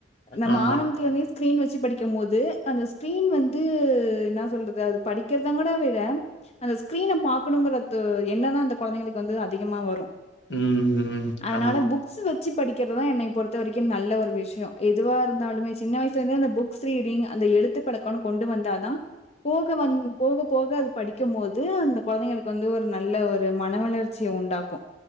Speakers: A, on the left; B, on the left.
A: நம்ம
B: ஆமா.
A: ஆனம்பத்துல இருந்தே ஸ்கிரீன் வச்சு படிக்கும் போது அந்த ஸ்கிரீன் வந்து அது என்ன சொல்றது அது படிக்கிறதா கூட விட அந்த ஸ்கிரீன பாக்கணுங்கற எண்ண தான் அந்த கொழந்தைங்களுக்கு வந்து அதிகமா வரும்
B: ம். ம்.
A: அதனால
B: ஆமா.
A: புக்ஸ் வச் ச்சி படிக்கிறதுதான் என்னை பொறுத்த வரைக்கும் நல்ல ஒரு விஷயம் எதுவா இருந்தாலுமே சின்ன வயசுல இரு அந்த புக்ஸ் ரீடிங் அந்த எழுத்து பழக்கம் கொண்டு வந்தாதான் போக வந் போக போக அது படிக்கும் போது அந்த கொழந்தைங்களுக்கு வந்து ஒரு நல்ல ஒரு மன வளர்ச்சிய உண்டாக்கும்